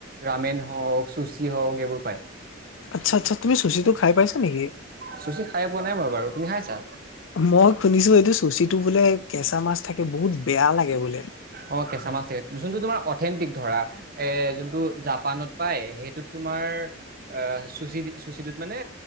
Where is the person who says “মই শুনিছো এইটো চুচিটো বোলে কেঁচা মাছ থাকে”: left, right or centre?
Left